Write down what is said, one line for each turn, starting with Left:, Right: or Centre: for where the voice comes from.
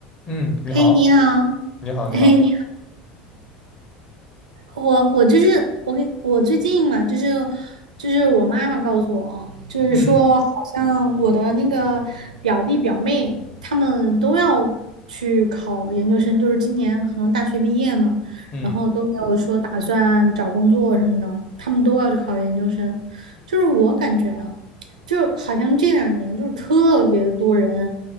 Left: 嗯，你好，
Right: 嘿，你好，
Left: 你好，你好，
Right: 嘿，你好，我我就是我给我最近嘛，就是就是我妈妈告诉我，就是说好像我的那个表弟表妹他们都要去考研究生，
Left: 嗯
Right: 就是今年可能大学毕业嘛，
Left: 嗯
Right: 然后都没有说打算找工作什么的，他们都要去考研究生，就是我感觉啊。就好像这两年就是特别多人，